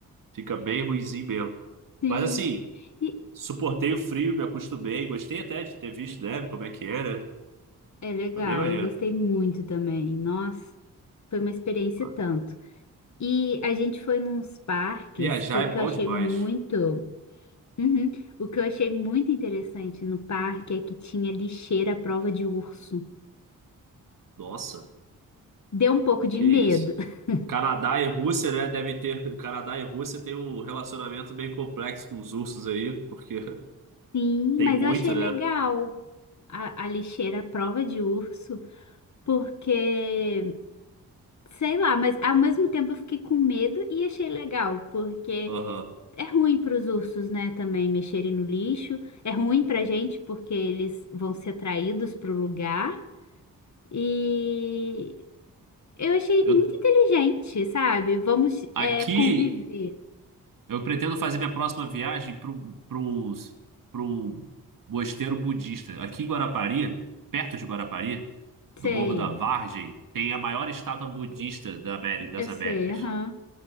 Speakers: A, on the right (about 60°); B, on the left (about 50°).
A: Fica bem ruinzinho mesmo.
B: sim.
A: Mas assim,
B: E
A: Suportei o frio, me acostumei. Gostei até de ter visto neve, como é que era.
B: é legal,
A: Foi bem maneiro.
B: eu gostei muito também. Nossa, foi uma experiência
A: Ah,
B: e tanto. E a gente foi nos parques
A: Viajar
B: que o
A: é
B: que
A: bom
B: eu achei
A: demais.
B: muito. Uhum, O que eu achei muito interessante no parque é que tinha lixeira à prova de urso.
A: Nossa,
B: Deu um pouco de
A: que
B: medo.
A: isso.
B: <laughs>
A: Canadá e Rússia, né? Deve ter. Canadá e Rússia tem um relacionamento bem complexo com os ursos aí, porque
B: Sim,
A: <laughs> tem
B: mas
A: muito,
B: eu achei legal
A: né?
B: a, a lixeira à prova de urso, porque. Sei lá, mas ao mesmo tempo eu fiquei com medo e achei legal, porque
A: Aham.
B: é ruim para os ursos, né, também mexerem no lixo, é ruim pra gente porque eles vão ser atraídos pro lugar. E eu achei
A: Eu,
B: muito inteligente, sabe? Vamos
A: aqui
B: é, conviver.
A: Eu pretendo fazer minha próxima viagem pro, pros, pro mosteiro budista. Aqui em Guarapari, perto de Guarapari,
B: Sei,
A: do Morro da Vargem, tem a maior estátua budista da Ameri- das
B: eu sei,
A: Américas.
B: aham.